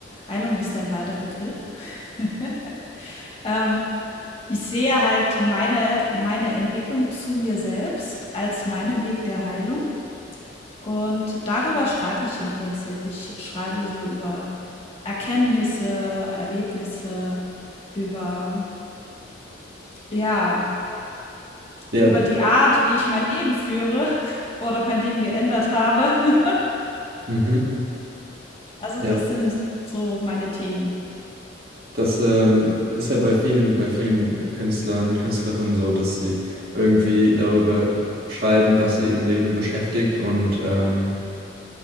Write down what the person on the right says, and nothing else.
Ja.
Mhm.
Ja.
Das ähm, ist ja bei vielen, bei vielen Künstlern, Künstlerinnen so, dass sie irgendwie darüber schreiben, was sie im Leben beschäftigt und ähm,